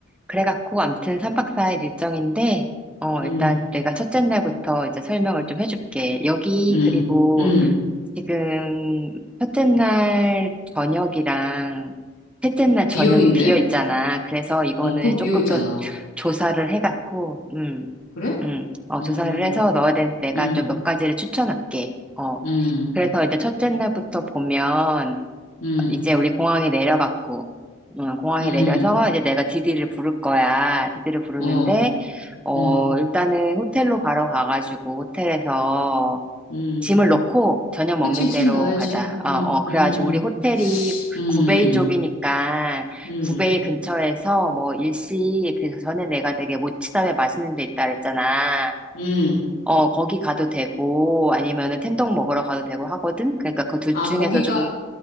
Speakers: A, in the centre; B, on the left.
A: 그래갖고, 암튼 3박 4일 일정인데, 어,
B: 음,
A: 일단 내가 첫째 날부터 이제 설명을 좀 해줄게. 여기,
B: 음,
A: 그리고
B: 음.
A: 지금 첫째 날 저녁이랑 셋째 날 저녁이
B: 비어 있네?
A: 비어 있잖아. 그래서 이거는
B: 어, 그럼
A: 조금
B: 비어 있잖아.
A: 더 조사를 해갖고, 음,
B: 그래?
A: 음, 어,
B: 음,
A: 조사를 해서 넣어야 되는데 내가
B: 음,
A: 좀 몇 가지를 추천할게. 어,
B: 음,
A: 그래서 이제 첫째 날부터 보면,
B: 음,
A: 이제 우리 공항에 내려갔고, 응, 공항에
B: 음,
A: 내려서 이제 내가 디디를 부를 거야. 디디를 부르는데,
B: 어,
A: 어,
B: 음,
A: 일단은 호텔로 바로 가가지고 호텔에서
B: 음.
A: 짐을 넣고 저녁
B: 그치,
A: 먹는
B: 집
A: 대로
B: 넣어야지.
A: 가자. 어,
B: 음,
A: 어, 그래가지고
B: 음, 음.
A: 우리 호텔이
B: 음,
A: 구베이 쪽이니까
B: 음,
A: 구베이 근처에서 뭐 일시, 그 전에 내가 되게 모츠담에 맛있는 데 있다 그랬잖아.
B: 음.
A: 어, 거기 가도 되고, 아니면은 텐동 먹으러 가도 되고 하거든? 그러니까 그 둘
B: 아,
A: 중에서
B: 거기가,
A: 좀